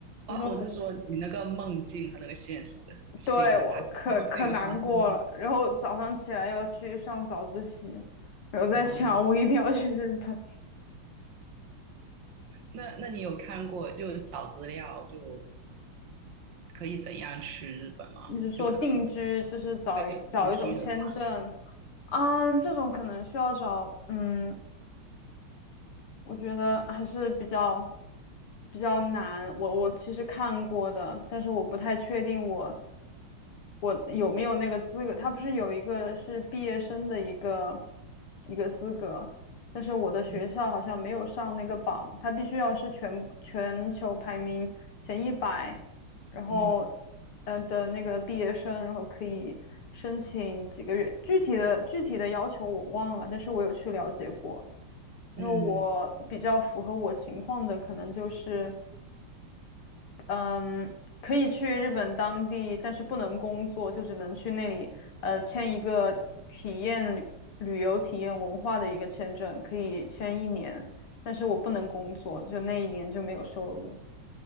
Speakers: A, on the left; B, on the right.
A: 你说什么？
B: 啊！我是说你那个梦境和那个现实，醒来然后竟然发现是
A: 对，我可可难过了。然后早上起来要去上早自习，然后在想我一定要去日本。
B: 啊，那那你有看过就找资料就可以怎样去日本吗？
A: 你是说定居，
B: 就可能
A: 就是找一找一种签证
B: 对定居的方式，
A: 啊？这种可能需要找，嗯，我觉得还是比较比较难。我我其实看过的，但是我不太确定我我有没有那个资格。他不是有一个是毕业生的一个一个资格，但是我的学校好像没有上那个榜，
B: 嗯
A: 他必须要是全全球排名前一百。然后
B: 嗯
A: 嗯呃的那个毕业生，然后可以申请几个月，具体的具体的要求我忘了，但是我有去了解过。然后我比较符合我情况的，
B: 嗯。
A: 可能就是嗯，可以去日本当地，但是不能工作，就只能去那里呃签一个体验旅旅游、体验文化的一个签证，可以签一年，但是我不能工作，就那一年就没有收入。